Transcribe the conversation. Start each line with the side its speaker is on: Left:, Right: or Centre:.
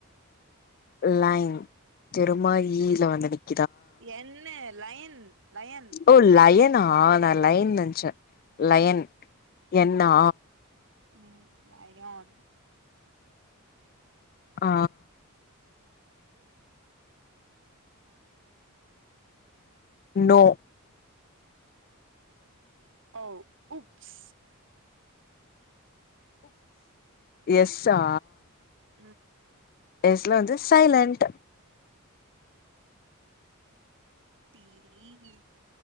Left: லைன் திரும்மா ஈல வந்ததுக்
Right: என்ன லயன் லயன்
Left: ஓ லயனா நா லைன் நெனச்ச லயன் என்னா
Right: ம் லயன்
Left: ஆ நோ
Right: ஓ உப்ஸ்
Left: எஸ் சா
Right: ம்
Left: எஸ் ல வந்து சைலண்டட்
Right: டீயி